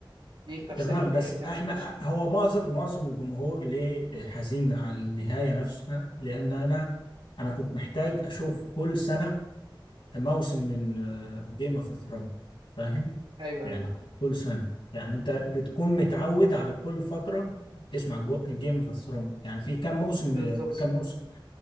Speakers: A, on the right (about 70°); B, on the left (about 75°).
A: دي تفسير
B: تمام
A: النهايه
B: بس احنا
A: يعني جيم اوف ثرونز
B: هو معظم معظم الجمهور ليه حزين على النهاية نفسها لان انا انا كنت محتاج اشوف كل سنة موسم من جيم اوف ثرونز فاهم
A: ايوه
B: يعني
A: ايوه
B: كل سنة يعني انت تكون متعود على كل فترة تسمع جيم اوف ثرونز يعني في كام موسم
A: بالظبط
B: آه، كام موسم